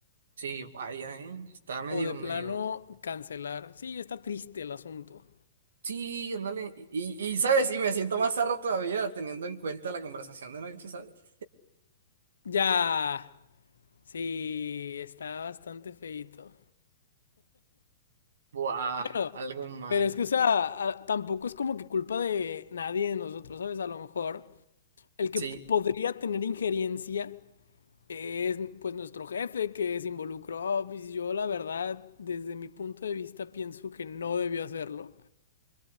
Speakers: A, on the right; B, on the left.
A: Sí, vaya, ¿eh? Está medio,
B: O de plano
A: medio.
B: cancelar. Sí, está triste el asunto.
A: Sí, ándale. Y, y, y, ¿sabes? Y me siento más zarra todavía teniendo en cuenta la conversación de noche, ¿sabes?
B: Ya. Sí, está bastante feito.
A: Buah,
B: Bueno,
A: algo mal.
B: pero es que, o sea, a- tampoco es como que culpa de nadie de nosotros, ¿sabes? A lo mejor El que
A: Sí,
B: podría tener injerencia es pues nuestro jefe que se involucró. Pues, yo la verdad, desde mi punto de vista, pienso que no debió hacerlo.